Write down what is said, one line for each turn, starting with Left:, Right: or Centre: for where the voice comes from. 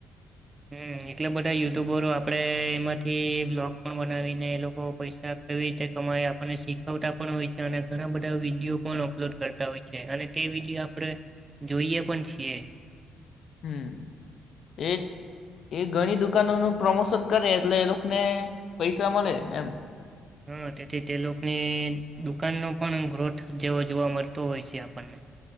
Right: હમ, એટલા બધા યુટ્યુબરો આપણે એમાંથી બ્લોગ પણ બનાવીને એ લોકો પૈસા કેવી રીતે કમાય આપણને શીખવતા પણ હોય છે અને ઘણા બધા વિડીયો પણ અપલોડ કરતા હોય છે અને તે વિડીયો આપણે જોઈએ પણ છીએ
Left: હમ, એ, એ ઘણી દુકાનોનું પ્રમોશન કરે એટલે એ લોકોને પૈસા મળે એમ
Right: હા, તેથી તે લોકોની દુકાનનો પણ ગ્રોથ જેવો જોવા મળતો હોય છે આપણને